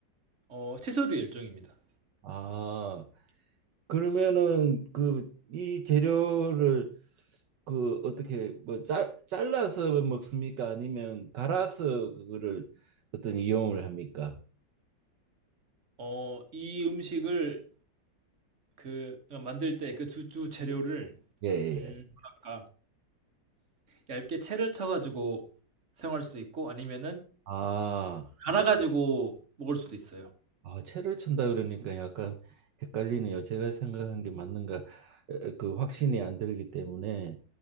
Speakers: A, on the right; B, on the right.
A: 어, 채소류 일종입니다.
B: 아, 그러면은 그 이 재료를 그 어떻게 뭐 짜, 잘라서 먹습니까? 아니면 갈아서 그거를 어떤 이용을 합니까?
A: 어, 이 음식을 그 그러니까 만들 때 그 주주 재료를
B: 예, 예.
A: 음,
B: 예.
A: 뭐랄까 얇게 채를 쳐가지고 사용할 수도 있고 아니면은
B: 아,
A: 갈아가지고 먹을 수도 있어요.
B: 아, 채를 춘다 그러니까 약간 헷갈리네요. 제가 생각한 게 맞는가 에, 그 확신이 안 들기 때문에